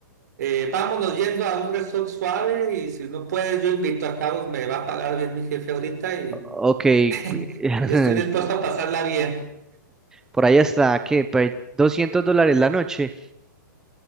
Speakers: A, on the right (about 55°); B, in the centre.
A: Eh, vámonos yendo a un resort suave y si no puedes, yo invito a Carlos, me va a pagar bien mi jefe ahorita y,
B: O- Ok. <laughs>
A: <laughs> y estoy dispuesto a pasarla bien.
B: Por ahí está, ¿qué? Por ahí 200 dólares la noche.